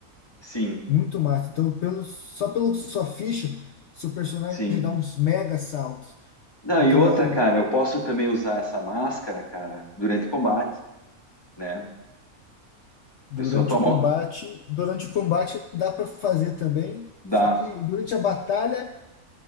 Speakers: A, on the left; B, on the left.
A: Sim,
B: muito massa. Então, pelo, só pela sua ficha, seu personagem
A: sim.
B: já dá uns mega saltos.
A: Não,
B: Então,
A: e outra,
B: é, o-
A: cara, eu posso também usar essa máscara, cara, durante combate, né? A
B: durante
A: pessoa toma.
B: o combate, durante o combate dá para fazer também,
A: Dá.
B: só que durante a batalha